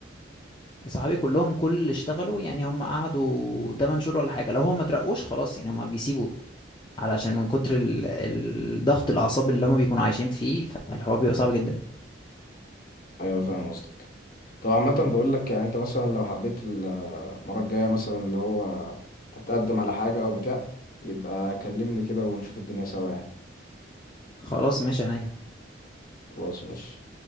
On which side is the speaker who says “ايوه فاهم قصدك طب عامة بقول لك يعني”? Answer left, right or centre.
Left